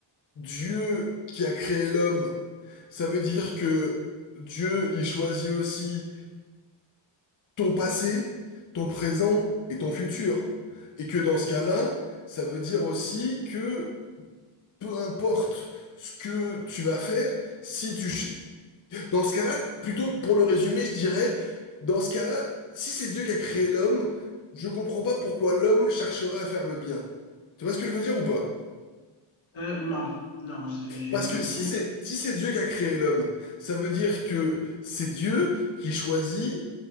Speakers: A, on the left; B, on the left.
A: Dieu qui a créé l'homme, ça veut dire que Dieu, il choisit aussi ton passé, ton présent et ton futur. Et que dans ce cas-là, ça veut dire aussi que peu importe ce que tu vas faire, si tu... ch- Dans ce cas-là, plutôt pour le résumer, je dirais, dans ce cas-là, si c'est Dieu qui a créé l'homme, je comprends pas pourquoi l'homme chercherait à faire le bien. Tu vois ce que je veux dire ou pas?
B: euh, non, non, je, je
A: Parce
B: t'assure.
A: que si c'est si c'est Dieu qui a créé l'homme, ça veut dire que c'est Dieu qui choisit